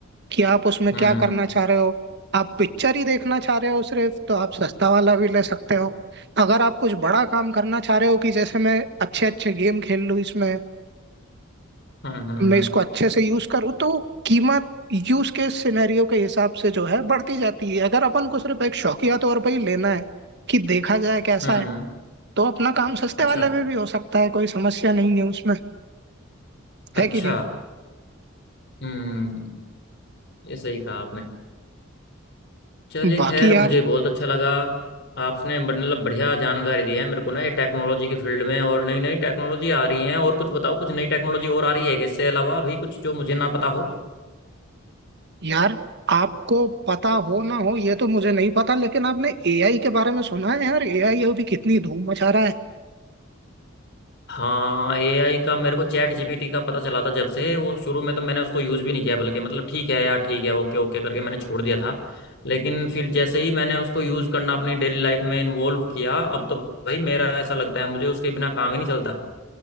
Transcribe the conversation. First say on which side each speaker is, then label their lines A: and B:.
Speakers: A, on the right (about 55°); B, on the left (about 55°).
A: कि आप उसमें
B: हम्म
A: क्या करना चाह रहे हो आप पिक्चर ही देखना चाह रहे हो सिर्फ तो आप सस्ता वाला भी ले सकते हो अगर आप कुछ बड़ा काम करना चाह रहे हो कि जैसे मैं अच्छे अच्छे गेम खेल लूँ इसमें
B: हम्म हम्म हम्म
A: मैं
B: हम्म,
A: इसको अच्छे से यूज करूँ तो कीमत यूज केस सिनेरियो के हिसाब से जो है बढ़ती जाती है अगर अपन को सिर्फ एक शौकिया तौर पर ही लेना है कि देखा जाए कैसा
B: हम्म,
A: है तो अपना काम सस्ते
B: अच्छा
A: वाले में भी हो सकता है कोई समस्या नहीं है उसमें
B: अच्छा
A: है कि नहीं
B: हम्म ये सही कहा आपने चलिए
A: बाकी
B: खैर
A: यार
B: मुझे बहुत अच्छा लगा आपने बड़- मतलब बढ़िया जानकारी दी है मेरे को ना ये टेक्नोलॉजी के फील्ड में और नई नई टेक्नोलॉजी आ रही है और कुछ बताओ कुछ नई टेक्नोलॉजी और आ रही है क्या? इससे अलावा अभी कुछ जो मुझे ना पता हो
A: यार आपको पता हो ना हो ये तो मुझे नहीं पता लेकिन आपने एआई के बारे में सुना है यार एआई अभी कितनी धूम मचा रहा है
B: हाँ एआई का मेरे को चैट जीपीटी का पता चला था जब से वो शुरू में तो मैंने उसको यूज़ भी नहीं किया बल्कि मतलब ठीक है यार ठीक है ओके ओके करके मैंने छोड़ दिया था लेकिन फिर जैसे ही मैंने उसको यूज़ करना अपनी डेली लाइफ में इन्वॉल्व किया अब तो भाई मेरा ऐसा लगता है मुझे उसके बिना काम ही नहीं चलता